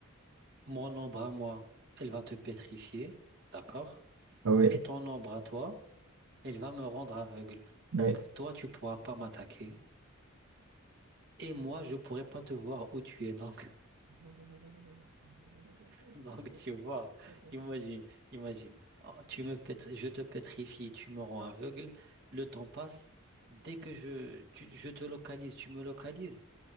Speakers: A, on the right (about 50°); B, on the right (about 75°).
A: mon ombre à moi, elle va te pétrifier, d'accord?
B: Ah Oui,
A: Et ton ombre à toi, elle va me rendre aveugle.
B: oui.
A: Donc toi, tu pourras pas m'attaquer. Et moi, je pourrai pas te voir où tu es. Donc <laughs> Donc, tu vois, imagine, imagine. Oh, tu me pét- je te pétrifie, tu me rends aveugle, le temps passe. Dès que je, tu- je te localise, tu me localises,